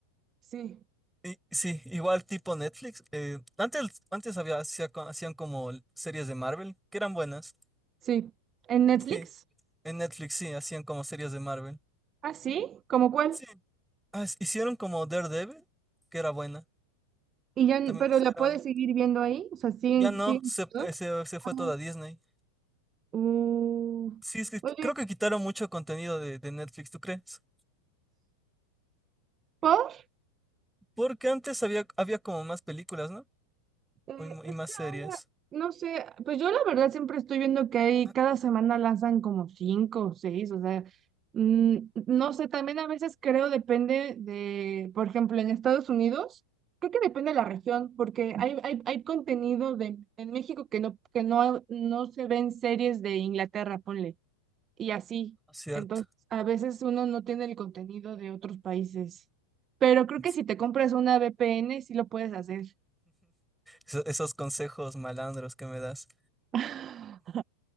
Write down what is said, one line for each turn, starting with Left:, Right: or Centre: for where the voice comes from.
Right: sí,
Centre: Y sí, igual tipo Netflix. eh, antes, antes había, hacía co- hacían como series de Marvel, que eran buenas.
Right: sí. ¿En Netflix?
Centre: Sí, en Netflix sí, hacían como series de Marvel.
Right: Ah, sí, ¿cómo cuál?
Centre: Sí, ah, es- hicieron como Daredevil, que era buena.
Right: Y ya, n-
Centre: También
Right: pero
Centre: hicieron,
Right: la puedes seguir viendo ahí, o sea, siguen,
Centre: ya no,
Right: siguen.
Centre: se,
Right: todas?
Centre: eh, se, se
Right: Ah,
Centre: fue toda Disney.
Right: uh,
Centre: Sí, es que
Right: oye,
Centre: creo que quitaron mucho contenido de, de Netflix, ¿tú crees?
Right: ¿Paul?
Centre: Porque antes había, había como más películas, ¿no?
Right: Eh,
Centre: O Y,
Right: es
Centre: y más
Right: que
Centre: series.
Right: ahora, no sé, pues yo la verdad siempre estoy viendo que hay,
Centre: Ah,
Right: cada semana lanzan como cinco o seis, o sea, mm, no sé, también a veces creo depende de, por ejemplo, en Estados Unidos, creo que depende de la región, porque hay, hay, hay contenido de, en México que no, que no, no se ven series de Inglaterra, ponle, y así.
Centre: no, Cierto.
Right: Entonces, a veces uno no tiene el contenido de otros países, pero creo
Centre: <laughs>
Right: que si te compras una VPN, sí lo puedes hacer.
Centre: Eso- Esos consejos malandros que me das.
Right: <laughs>